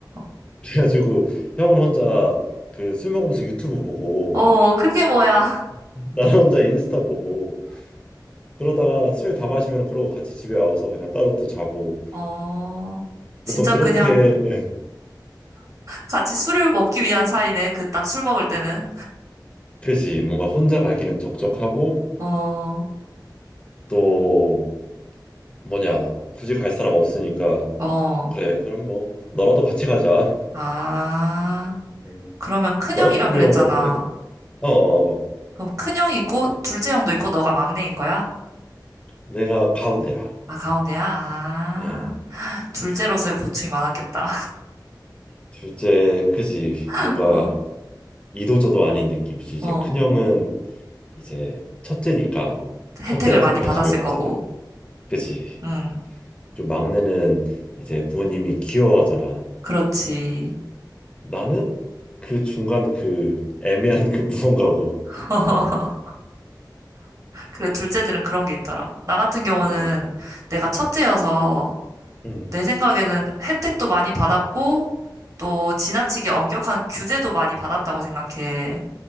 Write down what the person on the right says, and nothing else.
<laughs>
어, 그게 뭐야.
어, 진짜
그냥
같이 술을 먹기 위한 사이네. 그 딱 술 먹을 때는.
어,
어.
아,
그러면 큰형이라
그랬잖아.
그럼 큰형이 있고 둘째 형도 있고 너가 막내인 거야?
아, 가운데야? 아,
둘째로서의 고충이 많았겠다.
<laughs>
어, 어.
혜택을
많이
받았을
거고.
응,
그렇지.
<laughs> 그래, 둘째들은 그런 게 있더라. 나 같은 경우는
내가 첫째여서
내 생각에는 혜택도 많이 받았고, 또 지나치게 엄격한 규제도 많이 받았다고 생각해.